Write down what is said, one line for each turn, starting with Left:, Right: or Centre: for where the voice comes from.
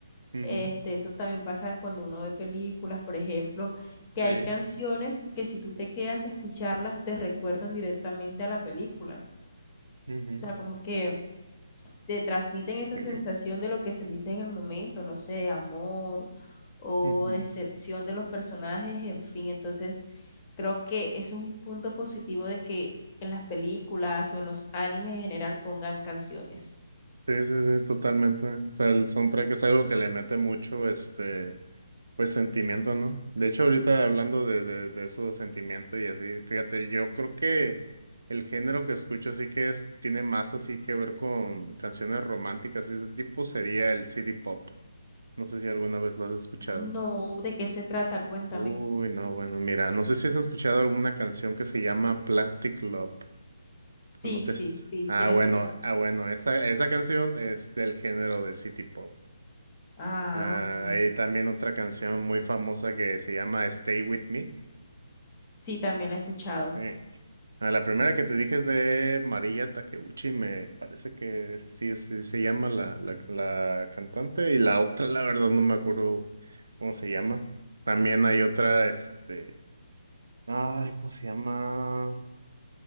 Right: Ujú.
Left: Este, eso también pasa cuando uno ve películas, por ejemplo, que
Right: Sí,
Left: hay canciones que si tú te quedas a escucharlas te recuerdan directamente a la película.
Right: ujú,
Left: O sea, como que te transmiten esa
Right: <clears throat>
Left: sensación de lo que sentiste en el momento, no sé, amor o
Right: ujú.
Left: decepción de los personajes, en fin. Entonces, creo que eso es un punto positivo de que en las películas o en los animes en general pongan canciones.
Right: Sí, sí, sí, totalmente. O sea, el soundtrack es algo que le mete mucho, este, pues sentimiento, ¿no? De hecho, ahorita hablando de, de, de esos sentimientos y así, fíjate, yo creo que el género que escucho así que es, tiene más así que ver con canciones románticas y ese tipo sería el CD pop. No sé si alguna vez lo has escuchado.
Left: No, ¿de qué se trata? Cuéntame.
Right: Uy, no, bueno, mira, no sé si has escuchado alguna canción que se llama Plastic Love.
Left: Sí,
Right: Pues No te-
Left: sí, sí,
Right: Ah,
Left: sí la
Right: bueno,
Left: he escuchado.
Right: ah, bueno, esa, esa canción es del género de City Pop.
Left: Ah,
Right: Ah,
Left: ok.
Right: hay también otra canción muy famosa que se llama Stay With Me.
Left: Sí, también la he escuchado.
Right: Sí. Ah, la primera que te dije es de María Takeuchi, me parece que sí, sí se llama la, la, la cantante, y la otra, la verdad, no me acuerdo cómo se llama. También hay otra, este, ay, ¿cómo se llama?